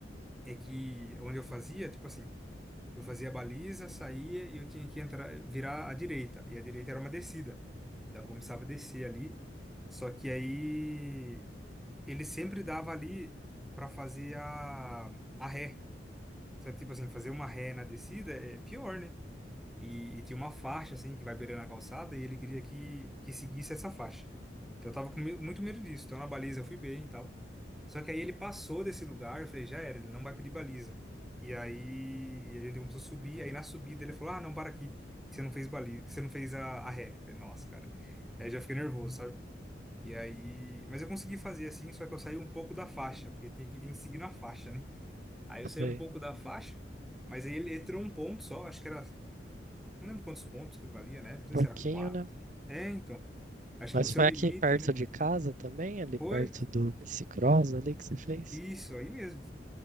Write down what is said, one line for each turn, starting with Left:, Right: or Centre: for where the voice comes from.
Centre: é que onde eu fazia, tipo assim, eu fazia a baliza, saía e eu tinha que entrar, virar à direita. E a direita era uma descida. Então eu começava a descer ali. Só que aí ele sempre dava ali para fazer a, a ré. Sabe, tipo assim, fazer uma ré na descida é pior, né? E, e tinha uma faixa, assim, que vai beirando a calçada, e ele queria que, que seguisse essa faixa. Então eu tava com me- muito medo disso. Então na baliza eu fui bem e tal. Só que aí ele passou desse lugar, eu falei, já era, ele não vai pedir baliza. E aí a gente começou a subir, aí na subida ele falou, ah, não, para aqui, que você não fez baliza, que você não fez a, a ré. Eu falei, nossa, cara. Aí eu já fiquei nervoso, sabe? E aí. Mas eu consegui fazer assim, só que eu saí um pouco da faixa, porque tem que vir seguindo a faixa, né? Aí eu saí
Right: Sei.
Centre: um pouco da faixa. Mas aí ele entrou um ponto só, acho que era não lembro quantos pontos que valia, né? Não sei
Right: Pouquinho,
Centre: se era quatro.
Right: né?
Centre: É, então. Acho
Right: Mas
Centre: que o seu
Right: foi
Centre: limite,
Right: aqui perto
Centre: né?
Right: de casa também, ali
Centre: Foi
Right: perto do bicicross ali que você fez?
Centre: isso aí mesmo.